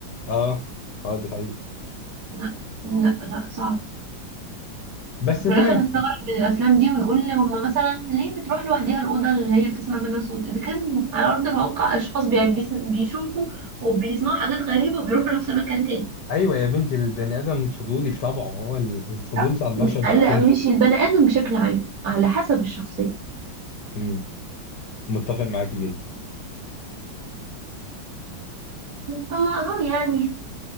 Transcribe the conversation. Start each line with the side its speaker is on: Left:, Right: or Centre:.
Left: اه آه، دي حقيقة
Right: لا لا لا صعب
Left: بس
Right: وفي
Left: تمام
Right: الاخر نستغرب من الافلام دي ونقول هما مثلا ليه بتروح لوحدها الاوضه اللي هي بتسمع منها صوت اذا كان على ارض الواقع اشخاص بي- بيس- بيشوفوا وبيسمعوا حاجات غريبه وبيروحوا نفس المكان تاني
Left: ايوه يا بنتي البني ادم فضولي بطبعه هو ال- الفضول
Right: لا
Left: بتاع البشر
Right: م-
Left: بيقتله
Right: لا مش البني ادم بشكل عام على حسب الشخصيه
Left: مم. متفق معاكي جدا
Right: فاهو يعني